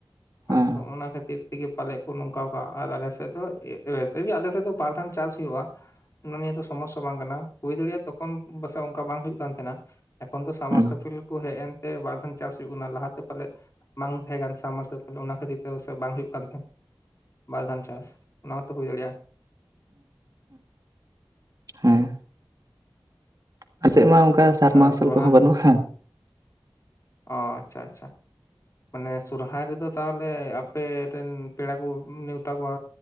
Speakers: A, on the right (about 50°); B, on the left (about 40°).
A: ᱦᱮᱸ
B: ᱛᱚ ᱚᱱᱟ ᱠᱷᱟᱹᱛᱤᱨ ᱛᱮᱜᱮ ᱯᱟᱞᱮᱫ ᱠᱚ ᱱᱚᱝᱠᱟ ᱠᱚᱟᱜ ᱟᱨ ᱟᱞᱮ ᱥᱮᱫ ᱫᱚ ᱟᱞᱮ ᱥᱮᱫ ᱫᱚ ᱵᱟᱨ ᱫᱷᱟᱣ ᱪᱟᱥ ᱦᱩᱭᱩᱜᱼᱟ ᱚᱱᱟ ᱱᱤᱭᱟᱹ ᱫᱚ ᱥᱚᱢᱚᱥᱥᱟ ᱵᱟᱝ ᱠᱟᱱᱟ ᱦᱩᱭ ᱫᱟᱲᱮᱭᱟᱜᱼᱟ ᱛᱚᱠᱷᱚᱱ ᱯᱟᱥᱮᱡ ᱚᱱᱠᱟ ᱵᱟᱝ ᱦᱩᱭᱩᱜ ᱠᱟᱱ ᱛᱟᱦᱮᱸᱱᱟ ᱮᱠᱷᱚᱱ ᱫᱚ ᱥᱟᱢᱟᱨᱥᱯᱤᱞ
A: ᱦᱮᱸ
B: ᱠᱚ ᱦᱮᱡ ᱮᱱ ᱵᱟᱨ ᱫᱷᱟᱣ ᱪᱟᱥ ᱦᱩᱭᱩᱜ ᱠᱟᱱᱟ ᱞᱟᱦᱟᱛᱮ ᱯᱟᱞᱮᱫ ᱵᱟᱝ ᱛᱟᱦᱮᱸ ᱠᱟᱱᱟ ᱥᱟᱵᱢᱟᱨᱥᱟᱞᱟᱞ ᱚᱱᱟ ᱠᱷᱟᱹᱛᱤᱨ ᱛᱮ ᱥᱮ ᱵᱟᱝ ᱦᱩᱭᱩᱜ ᱠᱟᱱ ᱛᱟᱦᱮᱸᱫ ᱵᱟᱨ ᱜᱟᱱ ᱪᱟᱥ ᱚᱱᱟ ᱦᱚᱸᱛᱚ ᱦᱩᱭ ᱫᱟᱲᱮᱭᱟᱜᱼᱟ
A: ᱦᱮᱸ ᱯᱟᱥᱮᱫ ᱢᱟ ᱚᱱᱠᱟ ᱥᱟᱨᱱᱟ ᱟᱥᱛᱟᱞ
B: ᱥᱚᱨᱦᱟᱭ
A: ᱠᱚᱦᱚᱸ ᱵᱟᱹᱱᱩᱜᱼᱟ
B: ᱚ ᱟᱪᱪᱷᱟ ᱟᱪᱪᱷᱟ ᱢᱟᱱᱮ ᱥᱚᱨᱦᱟᱭ ᱨᱮᱫᱚ ᱛᱟᱦᱚᱞᱮ ᱟᱯᱮ ᱨᱮᱱ ᱯᱮᱲᱟ ᱠᱚ ᱱᱮᱣᱛᱟ ᱠᱚᱣᱟ